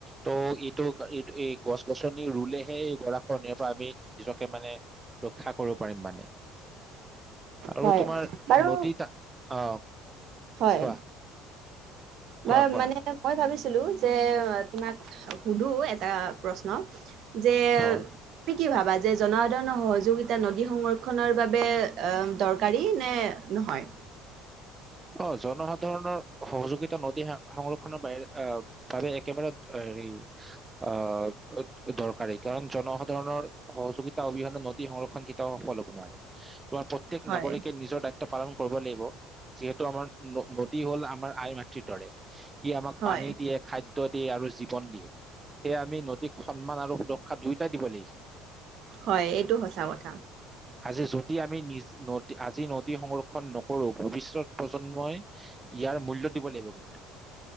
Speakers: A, on the right; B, on the right.
A: ত' এইটো এইটো এই গছ গছনি ৰুলেহে গৰাখৰনিৰ পৰা আমি নিজকে মানে ৰক্ষা কৰিব পাৰিম মানে। আৰু
B: হয়
A: তোমাৰ
B: বাৰু
A: নদীত অ
B: হয়।
A: কোৱা
B: বা
A: কোৱা কোৱা
B: মানে মই ভাবিছো। লো যে তোমাক সুধো এটা প্ৰশ্ন যে
A: অ
B: তুমি কি ভাবা যে জনসাধাৰণৰ সহযোগিতা নদী সংৰক্ষণৰ বাবে দৰকাৰী নে নহয়?
A: অ জনসাধাৰণৰ সহযোগিতা নদী সংৰক্ষনৰৰ বাবে একেবাৰে হেৰি আহ দৰকাৰী কাৰণ জনসাধাৰণৰ সহযোগিতা অবিহনে নদী সংৰক্ষণ কেটাও সফল হব নোৱাৰে। তোমাৰ প্ৰত্যেক
B: হয়,
A: নাগৰিকে নিজৰ দায়ি পালন কৰিব লাগিব। যিহেতু আমাৰ নদী হল আমাৰ আই মাতৃৰ দৰে। কি আমাক
B: হয়,
A: পানী দিয়ে, খাদ্য গুৰুত্ব দিয়ে আৰু জীৱন দিয়ে সেয়ে আমি নদীক সন্মান আৰু সুৰক্ষা দুয়োটাই দিব লাগিব।
B: হয় এইটো সঁচা কথা।
A: আজি যদি আমি নিজ আজি নদী সংৰক্ষণ নকৰো ভৱিষ্যত প্ৰজন্মই ইয়াৰ মূল্য দিব লাগিব কিন্তু।